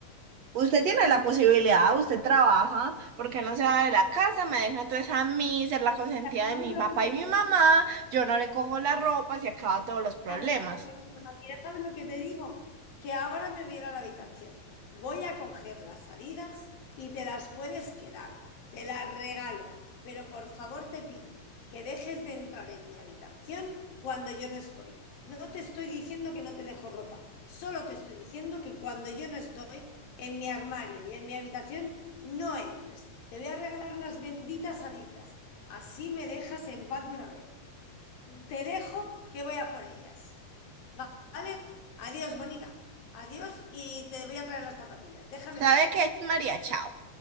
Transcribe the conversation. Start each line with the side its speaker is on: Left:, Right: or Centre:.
Right: Usted tiene la posibilidad, usted trabaja, porque no se va de la casa, me deja entonces a mí ser la consentida
Left: Ya ¿Sabes
Right: de mi
Left: lo
Right: papá
Left: que te
Right: y mi mamá,
Left: digo?
Right: yo no le cojo la ropa, se acaba todos los problemas.
Left: Claro, mi papá y mira, ¿sabes lo que te digo? Que ahora me voy a ir a la habitación. Voy a coger las salidas y te las puedes quedar. Te las regalo. Pero por favor te pido que dejes de entrar en mi habitación cuando yo no estoy. No te estoy diciendo que no te dejo ropa. Solo te estoy diciendo que cuando yo no estoy en mi armario y en mi habitación, no entres. Te voy a regalar las benditas salidas. Así me dejas en paz de una vez. Te dejo que voy a por ellas. ¿Vale? Adiós, bonita. Adiós y te voy a traer las zapatillas. Déjame
Right: ¿Sabe
Left: en paz.
Right: qué, María? Chao.